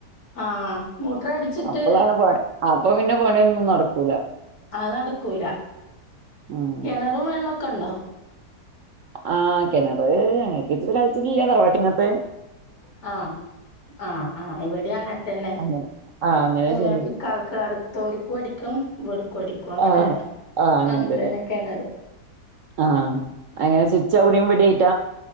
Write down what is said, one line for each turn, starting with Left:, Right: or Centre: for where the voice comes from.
Left: ആഹ് മോട്ടറടിച്ചിട്ട്
Right: അപ്പളാണ് പ അപ്പൊ പിന്നെ പണിയൊന്നും നടക്കൂല
Left: അത് നടക്കൂല
Right: ഉം
Left: കിണറും വെള്ളമൊക്കെ ഉണ്ടോ
Right: ആഹ് കെണറ് നങ്ങക്ക് സ്വന്തംയിട്ടില്ല തറവാട്ടിങ്ങത്തെ
Left: ആഹ് ആഹ് ആഹ് ഇവിടെ അങ്ങത്തന്നെ
Right: അങ്ങനെ ആഹ് അങ്ങനെ
Left: ഏ
Right: ചെയ്യും
Left: ഈ കാലക്ക അടുത്തൊരിക്കും പടിക്കും പടിക്കും അങ്ങനെ
Right: ആഹ് ആഹ് അങ്ങൻ
Left: അങ്ങനത്തെ
Right: തന്നെ
Left: തന്നെയൊക്കെയണത്
Right: ആഹ് അങ്ങനെ സ്വിച്ച് എവിടെ പിടി കിട്ട